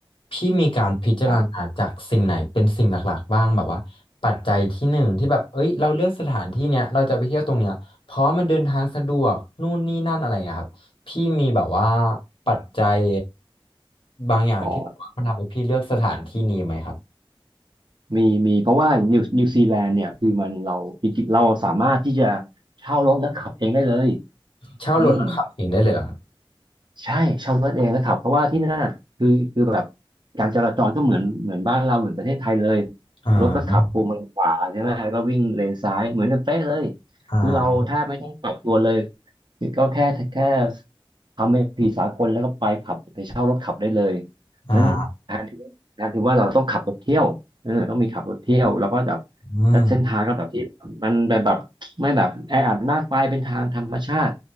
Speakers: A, on the left; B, on the right.
A: พี่มีการพิจารณาจากสิ่งไหนเป็นสิ่งหลักๆบ้างแบบว่าปัจจัยที่หนึ่งที่แบบเอ้ยเราเลือกสถานที่เนี้ยเราจะไปเที่ยวตรงเนี้ยเพราะมันเดินทางสะดวกนู่นนี่นั่นอะไรอย่างเงี้ยครับพี่มีแบบว่า
B: ครับ
A: ปัจจัยบางอย่างที่แบบว่ามันทำให้พี่เลือกสถานที่นี้ไหมครับ
B: อ๋อ มีมีเพราะว่านิวนิวซีแลนด์เนี่ยคือมันเราจริงๆเราสามารถที่จะเช่ารถแล้วขับเองได้เลย
A: เช่ารถแล้วขับเองได้เลยเหรอครับ
B: อืม ใช่เช่ารถเองนะครับเพราะว่าที่นั่นน่ะคือคือแบบการจราจรก็เหมือนเหมือนบ้านเราเหมือนประเทศไทยเลย
A: อ่า
B: รถก็ขับพวงมาลัยขวาใช่ไหมก็วิ่งเลนซ้ายเหมือนกันเป๊ะเลย
A: อ่า
B: คือเราแทบไม่ต้องปรับตัวเลยก็แค่แค่ทำเป็นผีสากลแล้วก็ไปขับไปเช่ารถขับได้เลย
A: อ่า
B: นั้นแทนที่แทนที่ว่าเราต้องขับรถเที่ยวเออต้องมีขับรถเที่ยวแล้วก็แบบ
A: อืม
B: แล้วเส้นทางก็แบบที่มันแบบแบบไม่แบบแออัดมากไปเป็นทางธรรมชาติ